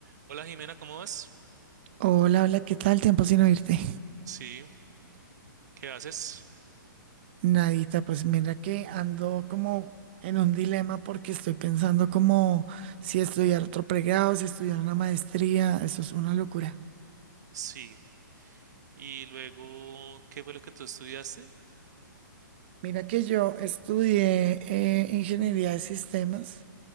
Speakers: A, on the right (about 55°); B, on the right (about 30°).
A: Hola Jimena, ¿cómo vas?
B: Hola, hola, ¿qué tal? Tiempo sin oírte.
A: Sí, ¿qué haces?
B: Nadita, pues mira que ando como en un dilema porque estoy pensando como si estudiar otro pregrado, si estudiar una maestría, eso es una locura.
A: Sí. Y luego, ¿qué fue lo que tú estudiaste?
B: Mira que yo estudié eh, ingeniería de sistemas,